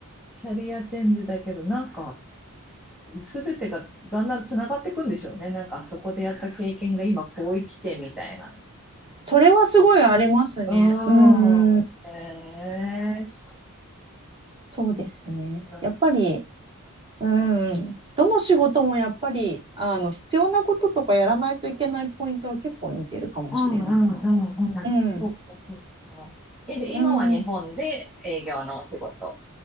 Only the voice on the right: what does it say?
それはすごいありますね。
うんうん。
そうですね。
やっぱり、うんうん。どの仕事もやっぱり、あの、必要なこととかやらないといけないポイントは結構似てるかもしれないな。
うん。
うん。